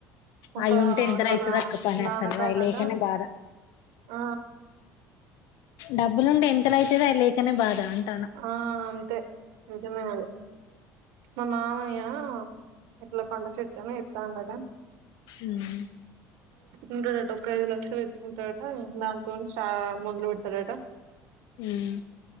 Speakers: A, on the right (about 80°); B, on the left (about 65°).
A: ఒక
B: అవి ఉంటే ఎంత రైతు
A: వాళ్ళ
B: తక్కు పని
A: నాన్నకన్నట
B: అసలు అవి లేకనే బాధ
A: ఆ
B: డబ్బులుంటే ఎంత తలైతది అయి లేకనే బాధ అంటాన
A: ఆ అంతే నిజమే అది మా మామయ్య ఎట్లా పండు చెట్టనే తాండగా
B: ఉం
A: ఉంటాడట ఒక ఐదు లక్షలు ఎత్తుకుంటాడట దాంతో షా మొదలు పెడతడట
B: మ్మ్